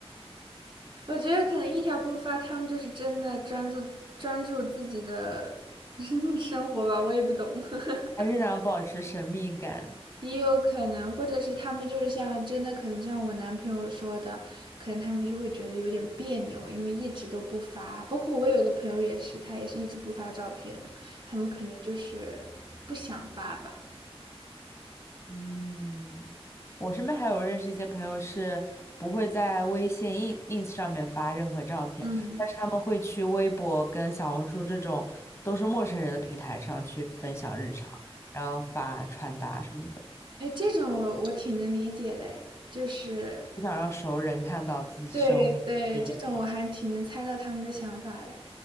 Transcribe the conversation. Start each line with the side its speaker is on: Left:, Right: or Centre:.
Right: 我觉得可能一条不发，他们就是真的专注专注自己的 <laughs> 生活吧，我也不懂。<laughs>
Left: 还是想要保持神秘感。
Right: 也有可能，或者是他们就是像真的，可能就像我男朋友说的，可能他们就会觉得有点别扭，因为一直都不发。包括我有个朋友也是，他也是一直不发照片的，他们可能就是不想发吧。
Left: 嗯，我身边还有认识一些朋友是不会在微信、in ins 上面发任何照片，
Right: 嗯。
Left: 但是他们会去微博跟小红书这种都是陌生人的平台上去分享日常，然后发穿搭什么的，
Right: 哎，这种我我挺能理解的，哎，就是
Left: 不想让熟人看到自己生活。
Right: 对对，
Left: 面。
Right: 这种我还挺能猜到他们的想法的。